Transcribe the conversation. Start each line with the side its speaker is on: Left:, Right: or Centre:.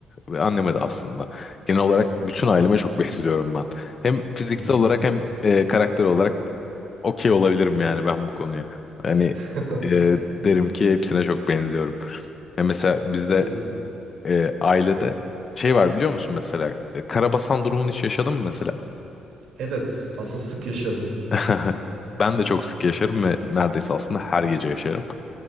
Left: ve anneme de aslında. Genel olarak bütün aileme çok <laughs> benziyorum ben. Hem fiziksel
Right: Hı hı.
Left: olarak hem e, karakter olarak okey olabilirim yani ben bu konuya. Yani
Right: <laughs>
Left: e, derim ki hepsine çok benziyorum. Ya mesela bizde
Right: Güzel.
Left: e, ailede şey var biliyor musun mesela? E, Karabasan durumunu hiç yaşadın mı mesela?
Right: Evet, aslında sık yaşarım.
Left: <laughs> Ben de çok sık yaşarım ve neredeyse aslında her gece yaşarım.